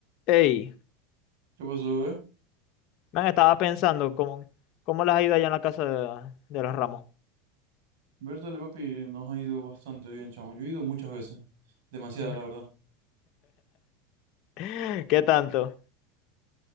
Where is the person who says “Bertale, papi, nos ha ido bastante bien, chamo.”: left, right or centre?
Right